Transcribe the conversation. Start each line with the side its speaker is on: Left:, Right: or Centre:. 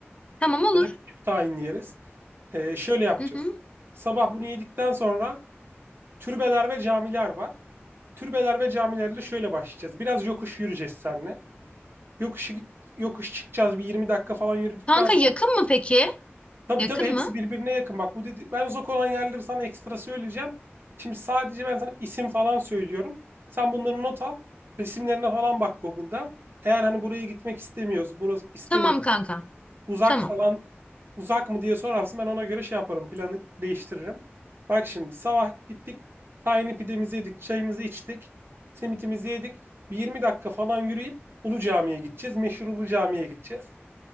Left: Tamam olur.
Right: Ya da küçük tahinli yeriz. Ee, şöyle yapacağız.
Left: Hı hı.
Right: Sabah bunu yedikten sonra türbeler ve camiler var. Türbeler ve camilerle şöyle başlayacağız. Biraz yokuş yürüyeceğiz seninle. Yokuş, yokuş çıkacağız. Bir 20 dakika falan yürüdükten
Left: Kanka yakın mı peki?
Right: Tabii
Left: Yakın
Right: tabii hepsi
Left: mı?
Right: birbirine yakın. Bak bu dedi ben uzak olan yerleri sana ekstra söyleyeceğim. Şimdi sadece ben sana isim falan söylüyorum. Sen bunları not al. Resimlerine falan bak Google'da. Eğer hani buraya gitmek istemiyoruz, burası istemiyor.
Left: Tamam kanka.
Right: Uzak
Left: Tamam.
Right: falan uzak mı diye sorarsın ben ona göre şey yaparım. Planı değiştiririm. Bak şimdi sabah gittik. Tiny pidemizi yedik, çayımızı içtik. Simitimizi yedik. Bir 20 dakika falan yürüyüp Ulu Cami'ye gideceğiz. Meşhur Ulu Cami'ye gideceğiz.